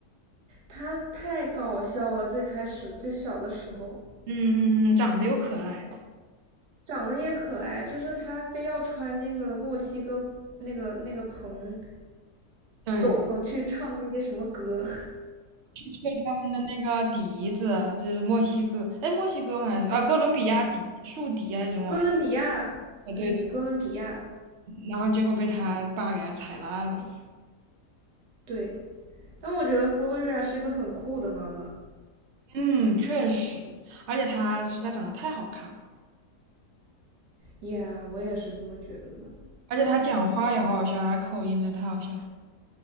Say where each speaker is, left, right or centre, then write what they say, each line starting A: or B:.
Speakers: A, on the right; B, on the right.
A: 他太搞笑了。最开始就小的时候。
B: 嗯嗯嗯，长得又可爱。
A: 长得也可爱，就是他非要穿那个墨西哥那个那个蓬
B: 对，
A: 斗篷去唱那些什么歌，<laughs>
B: 去吹他们的那个笛子，这是墨西哥，哎，墨西哥吗？还是啊，哥伦比亚笛，竖笛啊还是什么玩意儿？
A: 哥伦比亚，
B: 啊，
A: 嗯，
B: 对，
A: 哥伦比亚，
B: 然后结果被他爸给他踩烂了。
A: 对。但我觉得 Gloria 是个很酷的妈妈
B: 嗯，确实，而且他实在长得太好看了，
A: y 我也是这么觉得的。
B: 而且他讲话也好好笑，他口音真的太好笑。